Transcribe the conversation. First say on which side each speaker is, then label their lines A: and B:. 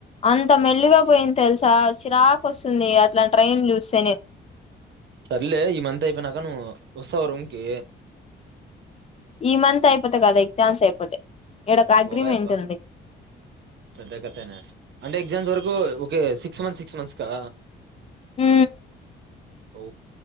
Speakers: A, on the left; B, on the right.
A: అంత మెల్లిగా పోయింది తెలుసా చిరాకు వస్తుంది అట్ల ట్రైన్ చూస్తేనే
B: సర్లే ఈ మంత్ అయిపోయినాక నువ్ వస్తావ రూంకి
A: ఈ మంత్ అయిపోతే కదా ఎగ్జామ్స్ అయిపోతే ఇక్కడ ఒక అగ్రిమెంట్
B: బాయ్ అబ్బా
A: ఉంది
B: పెద్ద కథనే అంటే ఎగ్జామ్స్ వరకు ఒకే ఒ సిక్స్ మంత్ సిక్స్ మంత్స్ కా
A: హు
B: ఒ